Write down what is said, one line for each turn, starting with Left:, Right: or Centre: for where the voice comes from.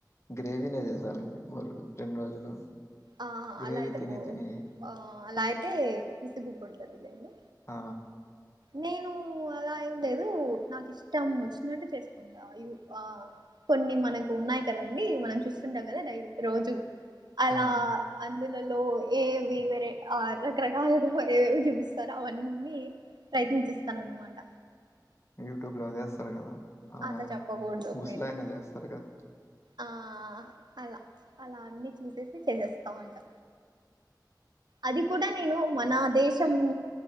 Left: గ్రేవీనే చేసారండి మూడు రెండు రోజులు
Right: ఆ
Left: గ్రేవి
Right: అలా అయితే
Left: తిని
Right: బో
Left: తిని
Right: ఆ అలా అయితే విసుగు పుడుతది లేండి
Left: ఆ
Right: నేను అలా ఏం లేదు నాకు ఇష్టం వచ్చినట్టు చేసుకుం అ ఆ కొన్ని మనకు ఉన్నాయి కదండి మనం చూస్తుంటాం కదా డై రోజు అలా
Left: ఆ
Right: అందులలో ఏవి వరే రకరకాలుగా ఏవేవి చూపిస్తారు అవన్నీ ప్రయత్నించేస్తానన్నమాట
Left: యూట్యూబ్లో చేస్తరు కదా అవునా
Right: అట్లా చెప్పకూడదు
Left: ముసలా
Right: మీరు
Left: ఆయనా చేస్తరు క
Right: ఆ అలా అలా అన్ని చూసేసి చేసేస్తా ఉంటా అది కూడా నేను మన దేశం